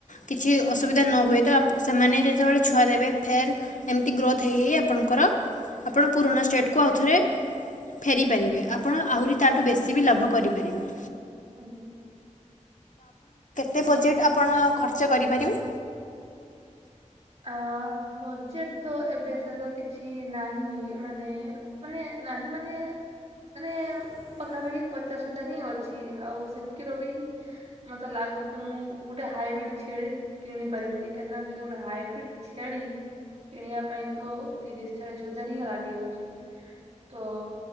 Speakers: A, on the left; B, on the right.
A: କିଛି ଅସୁବିଧା ନ ହୁଏ ତ ଆପ୍ ସେମାନେ ଯେତେବେଳେ ଛୁଆ ଦେବେ ଫେର୍ ଏମିତି ଗ୍ରୋଥ୍ ହେଇ ହେଇ ଆପଣଙ୍କର ଆପଣ ପୁରୁଣା ଷ୍ଟେଟ୍ କୁ ଆଉଥରେ ଫେରି ପାରିବେ ଆପଣ ଆହୁରି ତାଠୁ ବେଶୀ ବି ଲାଭ କରିପାରିବେ।
B: ଆଜ୍ଞା।
A: ତେ ବଜେଟ୍ ଆପଣ ଖର୍ଚ୍ଚ କରିପାରିବେ?
B: ଅ ବଜେଟ ତ ଏବେ ସାର କିଛି ନାହିଁ ମାନେ ମାନେ ନାହିଁ ମାନେ ମାନେ ପାଖାପାଖି ପଚାଶ ହଜାର ହିଁ ଅଛି ଆଉ ସେତିକି ର ବି ମତେ ଲାଗୁ ଗୁଛି ମୁଁ ଗୋଟେ ହାଇବ୍ରିଡ ଛେଳି କିଣି ପାରିବିନି କାହିଁକି ନା ଯଦି ଗୋଟେ ହାଇ ବ୍ରିଡ୍ ଛେଳି କିଣିବା ପାଇଁ ତ ତିରିଶ ଚାଳିଶ ହଜାର ହିଁ ଲାଗି ଯାଉଛି। ତ